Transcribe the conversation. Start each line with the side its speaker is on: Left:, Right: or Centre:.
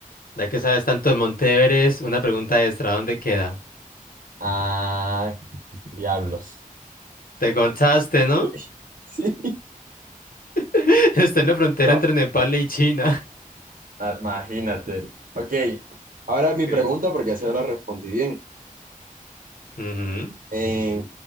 Left: Ya que sabes tanto de Monteveres, una pregunta extra, ¿dónde queda?
Right: Ah, diablos.
Left: Te cortaste, ¿no?
Right: <laughs> Sí,
Left: <laughs> Está en la frontera
Right: no,
Left: entre Nepal y China. <laughs>
Right: ah, imagínate. Ok, ahora mi
Left: Ok.
Right: pregunta, porque así la respondí bien.
Left: Ujú.
Right: Eh,